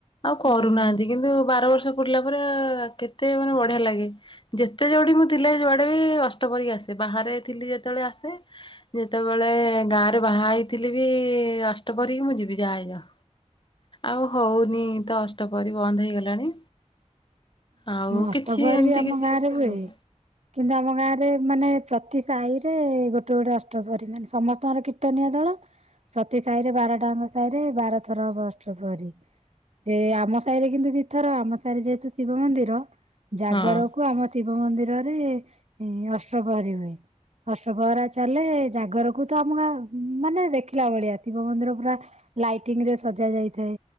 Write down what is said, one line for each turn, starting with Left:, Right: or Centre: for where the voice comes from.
Right: ହୁଁ
Left: କରୁନାହାନ୍ତି କିନ୍ତୁ ବାର ବର୍ଷ ପୁଡଲା ପରେ କେତେ ମାନେ ବଢିଆ ଲାଗେ। ଯେତେ ଯୋଠି ମୁଁ ଥିଲେ ଯୁଆଡେ ବି ଅଷ୍ଟପ୍ରହରୀ ଆସେ ବାହାରେ ଥିଲି ଯେତେବେଳେ ଆସେ ଯେତେବେଳେ ଗାଁରେ ବାହା ହେଇଥିଲି ବି ଅଷ୍ଟପ୍ରହରୀ ମୁଁ ଯିବି ଯାହା ହେଇଯାଉ। ଆଉ ହଉନି ତ ଅଷ୍ଟପ୍ରହରୀ ବନ୍ଦ ହେଇଗଲାଣି। ଆଉ
Right: ଅଷ୍ଟପ୍ରହରୀ
Left: କିଛି ଏମିତି
Right: ବି ଆମ
Left: କିଛି
Right: ଗାଁ
Left: ଏତେ
Right: ରେ ହୁଏ।
Left: ଆଉ।
Right: କିନ୍ତୁ ଆମ ଗାଁ ରେ ମାନେ ପ୍ରତି ସାହି ରେ ଗୋଟେ ଗୋଟେ ଅଷ୍ଟପରି ମାନେ ସମସ୍ତଙ୍କର କୀର୍ତନୀୟ ଦଳ। ପ୍ରତି ସାହି ରେ ବାରଟାଙ୍କ ସାହିରେ ବାର ଥର ହବ ଅଷ୍ଟପ୍ରହରୀ। ଯେ ଆମ ସାହିରେ କିନ୍ତୁ ଦିଥର ଆମ ସାହିରେ ଯେହେତୁ ଶିବ ମନ୍ଦିର ଜାଗରକୁ
Left: ହଁ
Right: ଆମ ଶିବ ମନ୍ଦିରରେ ଅଷ୍ଟପ୍ରହରୀ ହୁଏ ଅଷ୍ଟପ୍ରହରା ଚାଲେ ଜାଗରକୁ ତ ଆମ ଗାଁ ମାନେ ଦେଖିଲା ଭଳିଆ ଶିବ ମନ୍ଦିର ପୁରା ଲାଇ ଟିଂରେ ସଜା ଯାଇଥାଏ